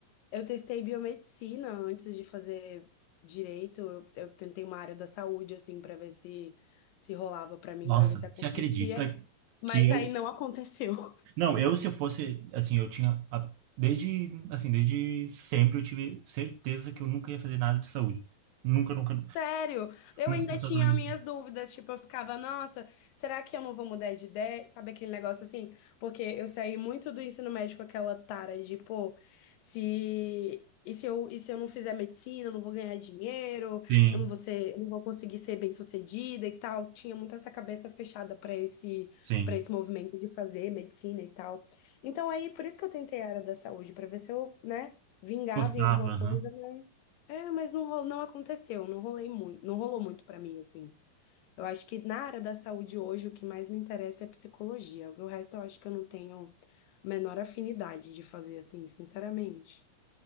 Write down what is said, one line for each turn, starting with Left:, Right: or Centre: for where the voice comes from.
Left: eu testei biomedicina antes de fazer direito. Eu, eu tentei uma área da saúde assim para ver se se rolava para mim,
Right: Nossa,
Left: para ver se acontecia,
Right: você acredita
Left: mas
Right: que eu.
Left: aí não <laughs> aconteceu.
Right: Não, eu se eu fosse. Assim, eu tinha. a- Desde. Assim, desde sempre eu tive certeza que eu nunca ia fazer nada de saúde. Nunca, nunca.
Left: Sério, eu
Right: Nunca
Left: ainda
Right: passou
Left: tinha
Right: pela minha.
Left: minhas dúvidas, tipo, eu ficava, nossa, será que eu não vou mudar de ideia? Sabe aquele negócio assim? Porque eu saí muito do ensino médio com aquela tara de, pô, se e se eu, e se eu não fizer medicina, eu não vou ganhar dinheiro,
Right: Sim.
Left: eu não vou ser, eu não vou conseguir ser bem-sucedida e tal. Tinha muito essa cabeça fechada para esse
Right: Sim.
Left: para esse movimento de fazer medicina e tal. Então aí, por isso que eu tentei a área da saúde, para ver se eu, né, vingava
Right: Gostava,
Left: em alguma
Right: aham.
Left: coisa, é, mas não, ro- não aconteceu, não rolei muito, não rolou muito pra mim, assim. Eu acho que na área da saúde hoje o que mais me interessa é psicologia. O resto eu acho que eu não tenho a menor afinidade de fazer assim, sinceramente.